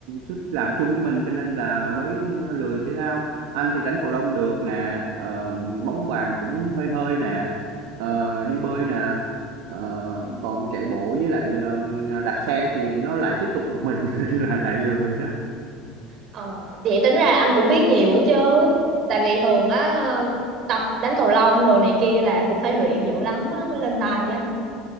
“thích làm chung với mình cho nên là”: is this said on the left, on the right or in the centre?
Right